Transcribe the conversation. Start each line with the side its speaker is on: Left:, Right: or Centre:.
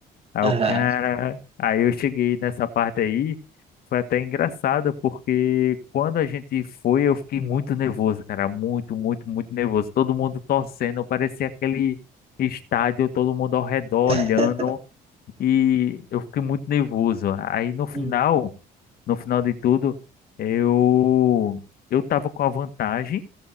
Left: Aí
Right: Aham.
Left: o cara, aí eu cheguei nessa parte aí, foi até engraçado, porque quando a gente foi, eu fiquei muito nervoso, cara, muito, muito, muito nervoso. Todo mundo torcendo, parecia aquele estádio, todo mundo ao redor
Right: <laughs>
Left: olhando, e eu fiquei muito nervoso. Aí no final,
Right: Uhum.
Left: no final de tudo, eu eu tava com a vantagem,